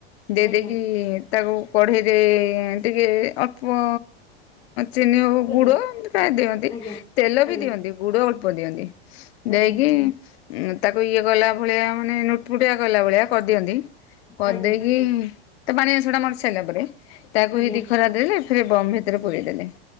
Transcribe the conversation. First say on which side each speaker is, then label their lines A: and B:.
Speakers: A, on the left; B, on the left.
A: ଦେଇ
B: ଆଜ୍ଞା
A: ଦେଇକି ତାକୁ କଢ଼େଇରେ ଟିକେ ଅଳ୍ପ ଚିନି ହଉ
B: କହିଲ
A: ଗୁଡ ଏମିତି ପ୍ରାୟ ଦିଅନ୍ତି
B: ଆଜ୍ଞା
A: ତେଲ
B: ଆଜ୍ଞା
A: ବି ଦିଅନ୍ତି ଗୁଡ ଅଳ୍ପ ଦିଅନ୍ତି।
B: ଆଜ୍ଞା
A: ଦେଇକି ତାକୁ ଇଏ ଗଲା ଭଳିଆ ମାନେ ନୁଟପୁଟିଆ କଲା ଭଳିଆ କରିଦିଅନ୍ତି। କରି
B: ଆଜ୍ଞା
A: ଦେଇକି ତା ପାଣି ଅସଂ ଟା ମରି ସାଇିଲଲା ପରେ ତାକୁ
B: ଆଜ୍ଞା
A: ହେଇଦି ଖରା। ଫ ବ ଭିତରେ ପୁର ଦେେଲେ